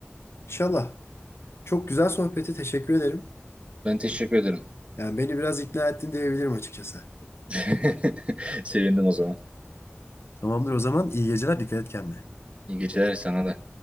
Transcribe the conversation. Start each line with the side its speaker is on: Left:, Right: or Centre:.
Left: İnşallah. Çok güzel sohbeti teşekkür ederim.
Right: Ben teşekkür ederim.
Left: Yani beni biraz ikna ettin diyebilirim açıkçası.
Right: <laughs> Sevindim o zaman.
Left: Tamamdır o zaman. İyi geceler. Dikkat et kendine.
Right: İyi geceler sana da.